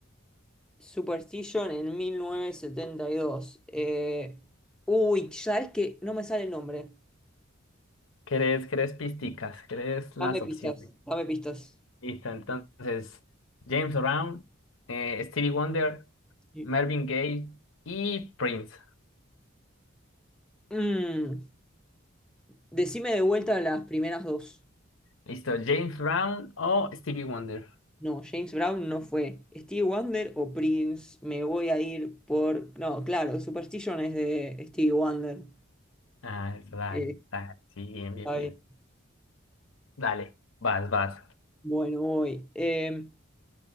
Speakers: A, in the centre; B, on the left.
A: Superstition en 1972. Eh, uy, ¿sabes qué? No me sale el nombre.
B: ¿Querés, querés pisticas? ¿Querés las
A: Dame pistas,
B: opciones?
A: dame pistas.
B: Listo, entonces, James Brown, eh, Stevie Wonder,
A: Sí.
B: Marvin Gaye y Prince.
A: Mm, decime de vuelta las primeras dos.
B: Listo, James Brown o Stevie Wonder.
A: No, James Brown no fue. Stevie Wonder o Prince, me voy a ir por... No, claro, Superstition es de Stevie Wonder.
B: Ah, eso, dale,
A: Eh,
B: dale, sí, bien, bien,
A: está
B: bien.
A: bien.
B: Dale, vas, vas.
A: Bueno, voy. Em,